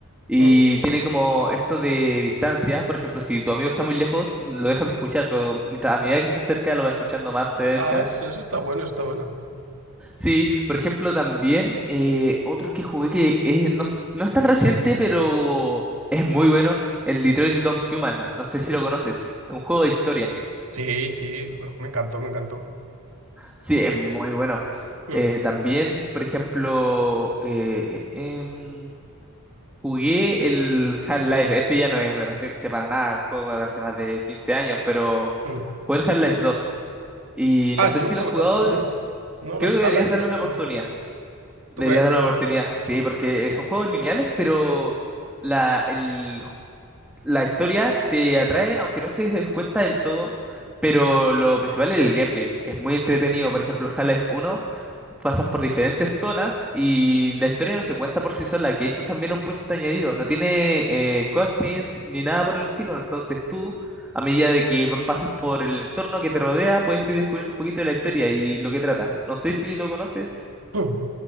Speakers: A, in the centre; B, on the right (about 65°).
A: Y
B: Mm.
A: tiene como esto de distancia, por ejemplo, si tu amigo está muy lejos, lo dejas de escuchar, pero mientras- a medida que se acerca, lo vas escuchando más cerca.
B: Ah, eso, eso está bueno, está bueno.
A: Sí, por ejemplo, también eh, otro que jugué que es- no, es no es tan reciente, pero es muy bueno, el Detroit Become Human. No sé si lo conoces, es un juego de historia.
B: Sí, sí, me me encantó, me encantó.
A: Sí, es muy bueno.
B: Mm,
A: Eh, también, por ejemplo, eh, em, jugué el Half-Life. Este ya no es reciente para nada, un juego de hace más de 15 años, pero
B: mm.
A: jugué el Half-Life 2. Y
B: Ah,
A: no sé
B: yo nunca
A: si lo has
B: me
A: jugado,
B: lo jugué. No,
A: creo
B: los
A: que deberías
B: Half-Life
A: darle
B: nunca
A: una oportunidad.
B: me los jugué.
A: Deberías
B: ¿Tú crees?
A: darle una oportunidad. Sí, porque eh, son juegos lineales, pero la, el- la historia te atrae, aunque no se dé cuenta del todo. Pero lo principal es el gameplay. Es muy entretenido. Por ejemplo, Half-Life uno pasas por diferentes zonas y la historia no se cuenta por sí sola, que eso es también un punto añadido. No tiene eh, cutscenes ni nada por el estilo. Entonces tú, a medida de que va- pasas por el entorno que te rodea, puedes ir descubriendo un poquito de la historia y lo que trata. No sé si lo conoces.
B: Mm.